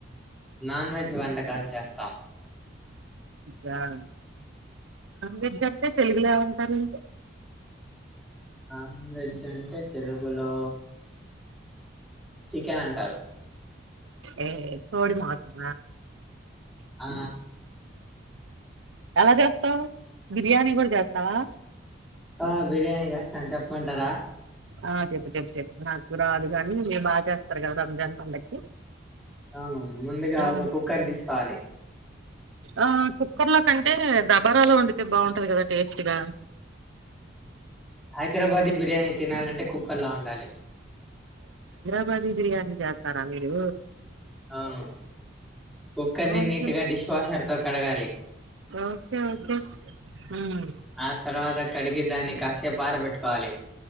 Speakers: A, in the centre; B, on the right.
A: నాన్ వెజ్ వంటకాలు చేస్తాం.
B: నాన్ వెజ్ అంటే తెలీదు తెలుగు లో ఏమంటారు
A: నాన్ వెజ్ అంటే తెలుగులో చికెన్ అంటారు
B: ఏ కోడి మాసమ
A: ఆ
B: ఎలా చేస్తావ్ బిర్యానీ కూడ చేస్తావా
A: ఆ బిర్యానీ చేస్తాను చెప్పమంటార
B: ఆ చెప్పు చెప్పు చెప్పు నాకు రాదు గాని మీరు బాగా చేస్తారు కదా రంజాన్ పండక్కి
A: అవును ముందుగా
B: ఆ
A: ఒక కుక్కర్ తీసుకోవాలి.
B: ఆ కుక్కర్ లో కంటే దబారలో వండితే బాగుంటంది కదా టేస్ట్ గా
A: హైదరాబాది బిర్యానీ తిన తినాలంటే కుక్కర్ లో వండాలి
B: హైదరాబాది బిర్యాని చేస్తారా మీరు
A: అవును కుక్కర్ని
B: ఓకే
A: నీట్ గ డిష్ వాషర్ తో కడగాలి
B: ఓకే ఓకే ఉమ్
A: ఆ తర్వాత కడిగి దాని కాసేపు ఆర పెట్టుకోవాలి